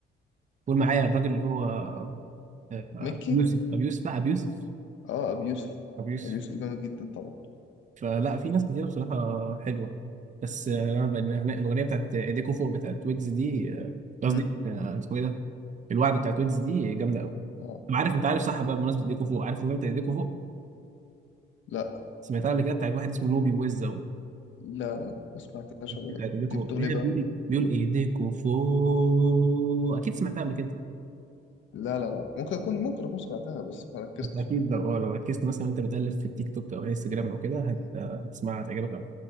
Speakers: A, on the right (about 40°); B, on the left (about 75°).
A: قول معايا الراجل اللي هو آه، آه،
B: مكي
A: ابو يوسف ابو يوسف لا ابو يوسف
B: اه أبي يوسف
A: ابو يوسف
B: أبي يوسف جامد جدا طبعا
A: فلا في ناس كتير بصراحة حلوة بس آه، أنا بقى يعني الأغنية بتاعت إيديكو فوق بتاعت ويجز دي آه، قصدي
B: امم
A: آه، اسمه إيه ده؟ الوعد بتاعت ويجز دي جامدة أوي
B: اه
A: أنا عارف أنت عارف صح بقى بمناسبة إيديكو فوق عارف الأغنية بتاعت إيديكو فوق
B: لا
A: سمعتها قبل كده بتاعت واحد اسمه نوبي ويزا
B: لا لا لا ما سمعتهاش قبل
A: بتاعت
B: كده
A: إيديكو
B: دي
A: فوق
B: بتقول
A: هي
B: ايه بقى؟
A: بيقول إيه؟ بيقول إيديكو فوق أكيد سمعتها قبل كده
B: لا لا لا ممكن أكون ممكن أكون سمعتها بس ما ركزتش
A: أكيد لو أه لو ركزت مثلا وأنت بتقلب في التيك توك أو انستجرام أو كده هت...
B: مم.
A: آه، هتسمعها هتعجبك أوي